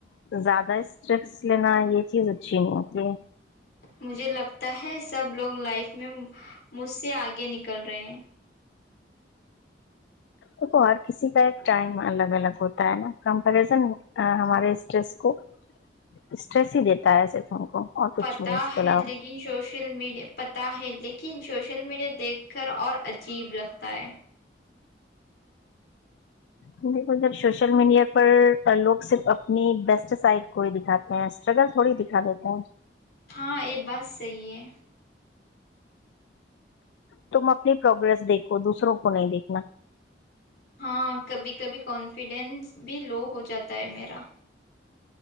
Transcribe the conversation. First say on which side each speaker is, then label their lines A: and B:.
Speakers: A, on the left; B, on the left.
A: زیادہ سٹریس لینا یہ چیز اچھی نہیں ہوتی ہے
B: مجھے لگتا ہے سب لوگ لائف میں مجھ سے آگے نکل رہے
A: دیکھو ہر کسی کا ایک ٹائم الگ الگ ہوتا ہے نا کمپریزن ہمارے اسٹریس کو اسٹریس ہی دیتا ہے صرف ہم کو اور کچھ
B: پتا
A: نہیں اس کے
B: ہے
A: علاوہ
B: لیک ن سوشل میڈیا پتہ ہے لیکن سوشل میڈیا دیکھ کر اور عجیب لگتا ہے
A: ہوگی پر سوشل میڈیا پر لوگ صرف اپنی بیسٹ سائٹ کو ہی دکھاتے اسٹرگل تھوڑی دکھا دیتے ہیں
B: ہاں یہ بات صحی ہے
A: تم اپنی پروگریس دیکھو دوسروں کو نہیں دیکھنا
B: ہاں کبھی کبھی کانفیڈینس بھی لو ہو جاتا ہے میرا